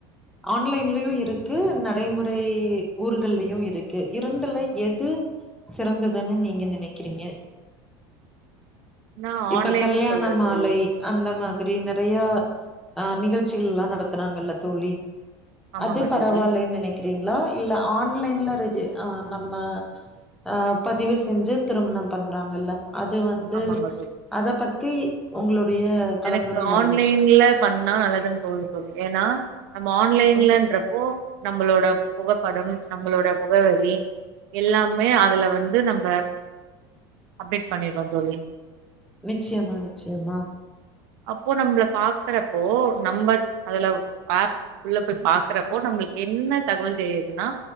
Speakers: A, in the centre; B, on the right.
A: ஆன்லைன்லயும் இருக்கு நடைமுறை ஊர்கள்லயும் இருக்கு இரண்டுல எது சிறந்ததுன்னு நீங்க நினைக்கிறீங்க
B: நா
A: இப்ப
B: ஆன்லைன்
A: கல்யாண
B: சொல்றே
A: மாலை
B: தோழி
A: அந்த மாத் சரி நெறையா ஆஹ் நிகழ்ச்சிகள் ல்லாம் நடத்துறாங்கல்ல தோழி
B: ஆமாங்க
A: அது பரவால்லேன்னு
B: தோழி
A: நினைக்கிறீங்களா இல்ல ஆண் ஆன்லைன் ல ரிஜி ஆஹ் நம்ம அஹ் பதிவு செஞ்சு திருமணம் பண்றாங்கல்லா அது வந்து
B: ஆமாங்க தோழி
A: அத பத்தி உங்களுடைய கலந்துரையாடல்
B: எனக்கு ஆன்லைன்ல பண்ணா நல்லதுன்னு தோணுது ஏன்னா நம்ம ஆன்லைன்லன்றப்போ
A: ம்
B: நம்மளோட புகப்படம் நம்மளோட முகவெரி எல்லாமே அதுல வந்து நம்ம அப்டேட் பண்னிட்றோம் தோழி
A: நிச்யமா நிச்யமா
B: அப்போ நம்மள பாக்கறப்போ நம்ம அதுல ஆப் உள்ள போய் பாக்குறப்போ நம்மளுக்கு என்ன தகவல் தெரியுதுன்னா